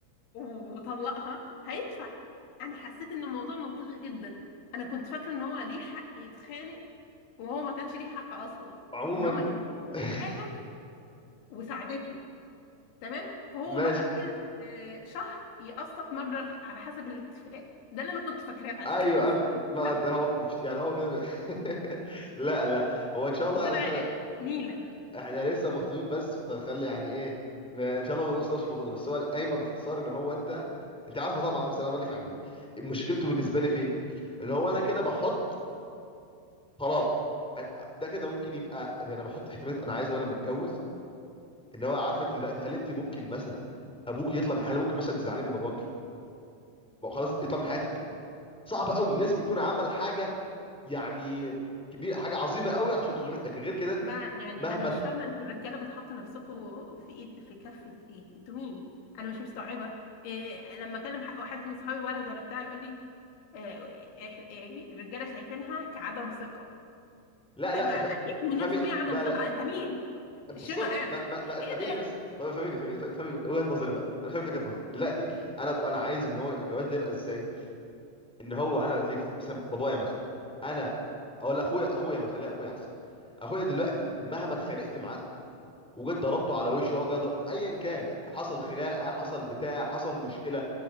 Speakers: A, on the left; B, in the centre.
A: وبطلقها هيدفع انا حسيت ان الموضوع منطقي جدا انا كنت فاكره ان هو ليه حق يتخانق وهو ما كانش ليه حق اصلا
B: عموما
A: ان هو اللي كسبت
B: <laughs>
A: حاجه وساعدته تمام فهو
B: ماشي
A: بقى كل آه، شهر يقسط مبلغ على حسب الاتفاق ده اللي انا كنت فاكراه فعشان
B: ايوه
A: كده كنت
B: أم
A: فاكره بيتخانقوا
B: ما انت هو مش يعني هو كده بي- <laughs> لا لا هو ان شاء الله
A: ده طلع
B: يعني احنا
A: آه، نيله
B: احنا لسه مخطوبين بس فخلي يعني ايه ما- ان شاء الله ما نقولش نفس الموضوع ده بس هو القايمه باختصار ان هو انت انت عارفه طبعا بس انا بقول لك عن ال- مشكلته بالنسبه لي فين اللي هو انا كده بحط طلاق ده كده ممكن يبقى يعني انا بحط احتمالات انا عايز وانا لما اتجوز ان هو عارفه انت دلوقتي هل انت ممكن مثلا ابوك يطلع من حاله ممكن مثلا تزعلي من باباكي بقى خلاص يطلع من حياتك صعب قوي لازم يكون عمل حاجه يعني كبير حاجه عظيمه قوي عشان تظلمي لكن غير كده
A: ما يعني
B: مهما
A: انا مش
B: تخ...
A: فاهمه انتوا الرجاله بتحطوا نفسكم في ايد في كفه ايه انتوا مين انا مش مستوعبه إيه لما اكلم حق- حد من صحابي ولد ولا بتاع يقول لي آه، إح- يعني الرجاله شايفينها كعدم ثقه
B: لا لا
A: اما اكيد
B: اف-
A: مليون
B: افهمي
A: في الميه عدم
B: لا
A: ثقه
B: لا
A: انت مين
B: بالظبط
A: شنو هذا
B: ما, ما, ما
A: <laughs>
B: افهميني
A: ايه ده
B: بس طب افهميني افهميني افهمي وجهه نظري بقى انا فهمت وجهه نظري دلوقتي انا ب... انا عايز ان هو الجواز ده يبقى ازاي ان هو انا قلت لك مثلا بابايا مثلا انا اقول اخويا اخويا ما تخليها اخويا احسن اخويا دلوقتي مهما اتخانقت معاه وجيت ضربته على وشه هو جاي ضرب ايا كان حصل خناقه حصل بتاع حصل مشكله